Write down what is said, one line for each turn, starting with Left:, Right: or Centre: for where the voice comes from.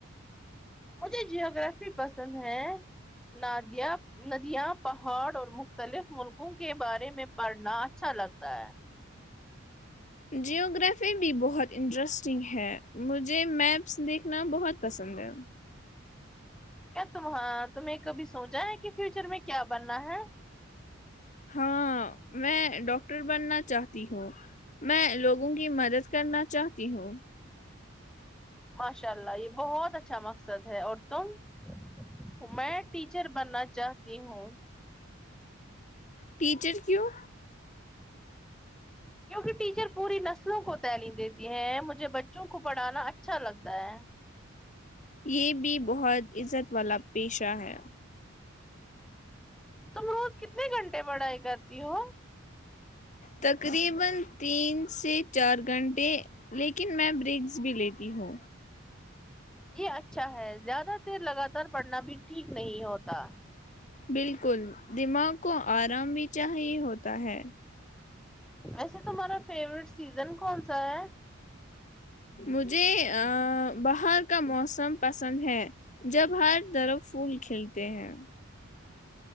Centre: مجھے جیوگرافی پسند ہے نادیہ ندیاں پہاڑ اور مختلف ملکوں کے بارے میں پڑھنا اچھا لگتا ہے
Left: جیوگررافی بھی بہت انٹرسٹنگ ہے مجھے میپس دیکھنا بہت پسند ہے
Centre: کیا تماں تمہیں کبھی سوچا ہے کہ فیوچر میں کیا بننا ہے
Left: ہاں میں ڈاکٹر بننا چاہتی ہوں میں لوگوں کی مدد کرنا چاہتی ہوں
Centre: ماشاء اللہ یہ بہت اچھا مقصد ہے اور تم میں ٹیچر بننا چاہتی ہوں
Left: ٹیچر کیوں
Centre: کیونکہ ٹیچر پوری نسلوں کو تعلیم دیتی ہیں مجھے بچوں کو پڑھانا اچھا لگتا ہے
Left: یہ بھی بہت عزت والا پیشہ ہے
Centre: تم روز کتنے گھنٹے پڑھائی کرتی ہو
Left: تقریبا تین سے چار گھنٹے لیکن میں برگس بھی لیتی ہوں
Centre: یہ اچھا ہے زیادہ دیر لگاتار پڑھنا بھی ٹھیک نہیں ہوتا
Left: بالکل دماغ کو آرام بھی چاہیے ہوتا ہے
Centre: ایسے تمہارا فیوریٹ سیزن کون سا ہے
Left: مجھے ا باہر کا موسم پسند ہے جب ہر طرف پھول کھلتے ہیں